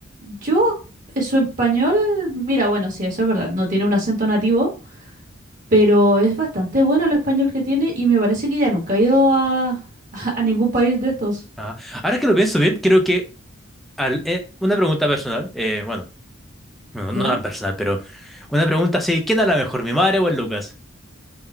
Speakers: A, on the right (about 40°); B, in the centre.
A: yo, eh, su español, mira, bueno, sí, eso es verdad, no tiene un acento nativo, pero es bastante bueno el español que tiene y me parece que ya nunca ha ido a, <laughs> a ningún país de estos,
B: Ajá. Ahora que lo pienso bien, creo que al- eh, una pregunta personal, eh, bueno, no,
A: ¿ya?
B: no tan personal, pero una pregunta así, ¿quién habla mejor, mi madre o el Lucas?